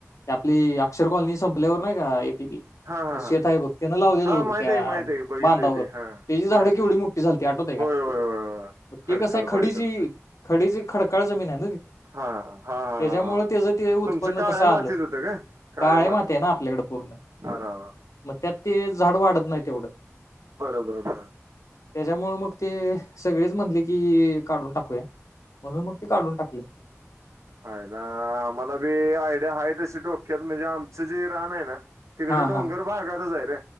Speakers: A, on the left; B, on the right.
A: ते आपली अक्षर कॉलनी संपल्यावर नाही का एक ते
B: हा हा
A: शेत
B: हा
A: आहे बघ त्यान लावलेलं
B: हा
A: बघ
B: माहिती
A: त्या
B: आहे की माहिती आहे की बघितली
A: बांधावर
B: होती हा
A: त्याची झाडं
B: माहित
A: केवढी
B: आहे.
A: मोठी झालती आठवतय का?
B: होय होय होय होय
A: ते
B: खडकाळ
A: कस आहे खडीची
B: पायदल हा
A: खडीज खडकाळ जमीन आहे.
B: हा हा हा
A: त्याच्यामुळे
B: हा
A: त्याच ते उत्पन्न
B: तुमचं काळ्या
A: तसं आलं
B: मातीत होतं काय काळ्या
A: काळे
B: मातीत
A: माती आहे ना आपल्याकडे पूर्ण
B: अर अर
A: मग त्यात ते झाड वाढत नाही तेवढं
B: बरोबर बर
A: त्याच्यामुळ मग ते सगळेच म्हणले की काढून टाकूया. म्हणून मग ते काढून टाकले.
B: आईला आम्हाला बी आयडिया ह तशी डोक्यात म्हणजे आमचं जे रान आहे ना. तिकडे
A: हां,
B: डोंगर
A: हां.
B: भागातच आहे रे